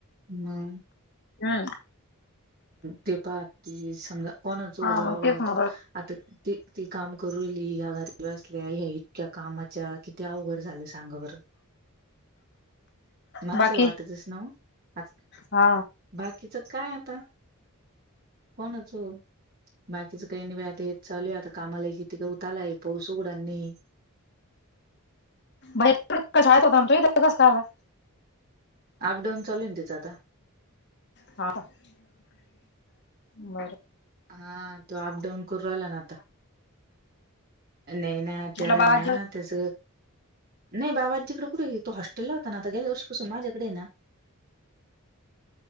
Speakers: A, on the right; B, on the left.
A: मग,
B: हम्,
A: ते पाह कि समजाऽ कोणाच,,
B: हा
A: जवाभावाच,,
B: मग तेच म्हणू राहिले.
A: आता ती काम करूली,, ह्या घरी बसल्या्या,, इतक्या कामऽ मामाच्या,, किती अवघड झालं सांग बर. माणसाला
B: बाकी
A: वाटतस ना,, आज
B: हा
A: बाकीच काय आताऽ कोणाचो,, बाकीच काही नाही. आता येत चालूय आता कामाला,, कि तििक उतलाय पाऊस उघडानीऽ
B: बाईर कशा होता, आनी तो ईत कस काय आला.
A: अप डाऊन चालूय ना त्याचं आता.
B: हा बरं,,
A: हा,, तो अप डाऊन करू राहिला ना आता. नाही ना,, ते
B: म्हटलं
A: आहे
B: बाळा
A: ना,, त्यास,, नाही बाबाजीकडें कुठेयऽ तो हॉस्टेलला होताना,, आता गेल्या वर्षी पासून माझ्याकडे ये ना.